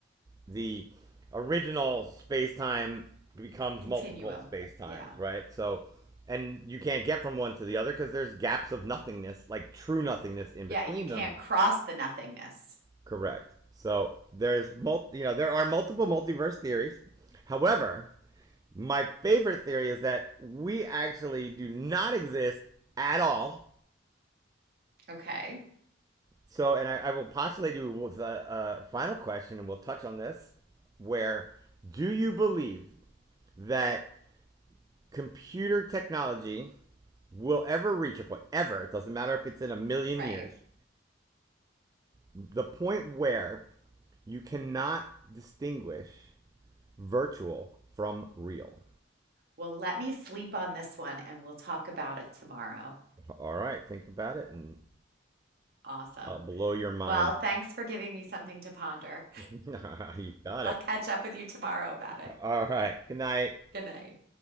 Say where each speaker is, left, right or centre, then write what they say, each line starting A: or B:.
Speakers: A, on the right; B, on the right.
A: the original space time becomes
B: Continuum.
A: multiple space times,
B: Yeah.
A: right? So, and you can't get from one to the other because there's gaps of nothingness, like true nothingness in
B: Yeah,
A: between
B: you can't
A: them.
B: cross the nothingness.
A: Correct. So there's mul- you know there are multiple multiverse theories. However, my favorite theory is that we actually do not exist at all.
B: Okay.
A: So, and I, I will postulate you with a, a final question, and we'll touch on this. Where do you believe that computer technology will ever reach a point? Ever? It doesn't matter if it's in a million
B: Right.
A: years. The point where you cannot distinguish virtual from real.
B: Well, let me sleep on this one and we'll talk about it tomorrow.
A: All right, think about it and
B: Awesome.
A: I'll blow your mind.
B: Well, thanks for giving me something to ponder.
A: <laughs> You
B: <laughs>
A: got
B: I'll
A: it.
B: catch up with you tomorrow about it.
A: All right, good night.
B: Good night.